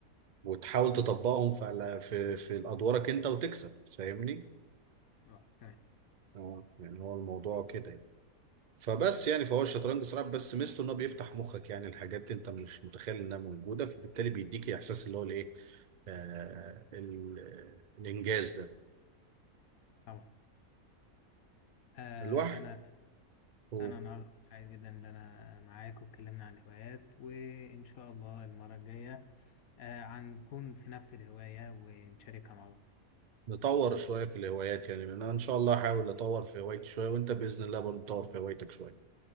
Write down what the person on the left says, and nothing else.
آه، تمام
مم،
طبعا آه
انا
انا النهارده كنت سعيد جدا ان انا معاك واتكلمنا عن هوايات وان شاء الله المرة الجاية آه هنكون في نفس الهواية ونشاركها مع بعض